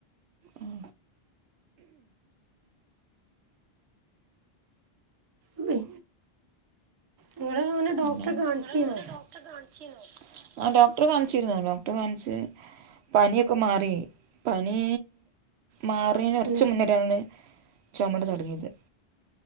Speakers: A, on the right; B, on the right.
A: ഉം
B: പിന്നെ നിങ്ങള് ങ്ങനെ
A: പിന്നെ
B: ഡോക്ടറെ കാണിചീന്നോ
A: ആ ഡോക്ടറെ കാണിച്ചിരുന്നു ഡോക്ടറെ കാൺച്ച് പനിയൊക്കെ മാറി പനി മാർ റി കൊറച്ച്
B: ഇന്ന്
A: മുന്നേട്ടാണ് ചൊമങ്ങട്ട് തൊടങ്ങിയത്